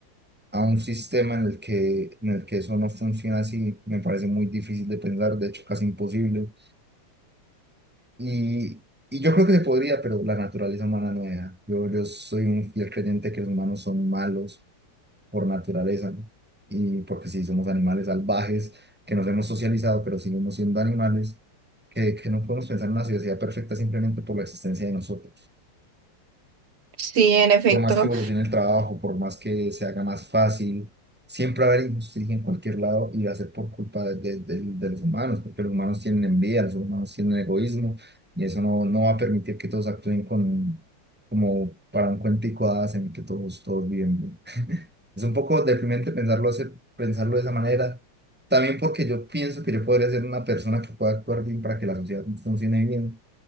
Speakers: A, in the centre; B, on the right.
A: a un sistema en el que, en el que eso no funciona así me parece muy difícil de pensar, de hecho casi imposible. Y, y yo creo que se podría, pero la naturaleza humana no deja. Yo, yo soy un fiel creyente que los humanos son malos por naturaleza, ¿no? Y porque sí somos animales salvajes, que nos hemos socializado, pero seguimos siendo animales, que, que no podemos pensar en una sociedad perfecta simplemente por la existencia de nosotros.
B: Sí, en efecto,
A: Por más que evolucione el trabajo, por más que se haga más fácil, siempre va a haber injusticia en cualquier lado y va a ser por culpa de, de- de- de los humanos, porque los humanos tienen envidia, los humanos tienen egoísmo, y eso no, no va a permitir que todos actúen con, como para un cuentico de hadas en el que todos, todos viven bien. Es un poco deprimente pensarlo, hacer- pensarlo de esa manera. También porque yo pienso que yo podría ser una persona que pueda actuar bien para que la sociedad funcione bien.